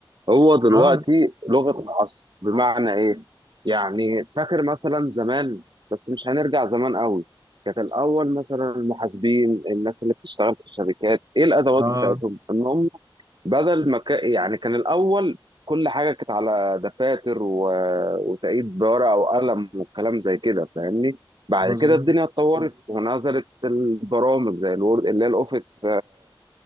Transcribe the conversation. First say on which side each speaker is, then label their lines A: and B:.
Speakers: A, on the right; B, on the right.
A: هو دلوقتي
B: اه
A: لغة العصر بمعنى ايه؟ يعني فاكر مثلا زمان بس مش هنرجع زمان قوي كانت الأول مثلا المحاسبين الناس اللي بتشتغل في الشركات ايه الأدوات
B: اه
A: بتاعتهم؟ إن هم بدل ما كا- يعني كان الأول كل حاجة كانت على دفاتر و... وتقييد بورقة وقلم والكلام زي كده فاهمني بعد
B: مظبوط
A: كده الدنيا اتطورت ونزلت البرامج زي الوورد اللي هي الأوفيس